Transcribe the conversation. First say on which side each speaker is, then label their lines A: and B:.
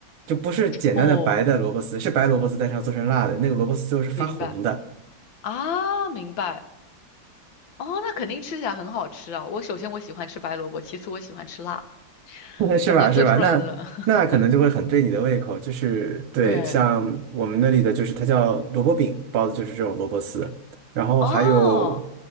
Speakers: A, on the right (about 90°); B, on the left (about 70°).
A: 就不是简单的白的萝卜丝，
B: 哦，
A: 是白萝卜丝，但是要做成辣的，那个萝卜丝最后是发红的。
B: 明白啊，明白。哦，那肯定吃起来很好吃啊！我首先我喜欢吃白萝卜，其次我喜欢吃辣，
A: <laughs> 是吧？
B: 感觉做出来的
A: 是吧？那那可能就会很对你的胃口，
B: <laughs>，
A: 就是对，
B: 对，
A: 像我们那里的就是它叫萝卜饼包的，就是这种萝卜丝，然后还有
B: 哦